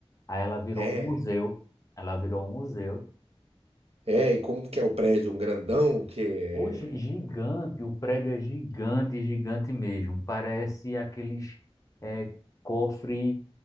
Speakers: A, on the left; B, on the right.
A: Aí ela virou
B: é.
A: um museu. Ela virou um museu.
B: É, e como que é o prédio? Um grandão que
A: Hoje, gigante, o prédio é gigante, gigante mesmo. Parece aqueles é, cofre